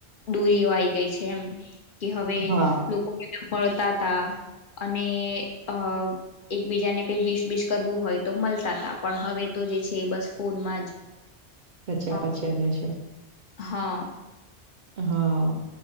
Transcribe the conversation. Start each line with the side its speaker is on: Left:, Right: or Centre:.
Left: દૂરી એ આઈ ગઈ છે એમ કે હવે
Right: હા
Left: લોકો મળતા તા અને અ એકબીજાને કઈ વીસ બીસ કરવું હોય તો મળતા હતા પણ હવે તો જે છે બસ ફોનમાં જ
Right: પછ્યા
Left: અ
Right: પછ્યા રહે છે
Left: હા
Right: હા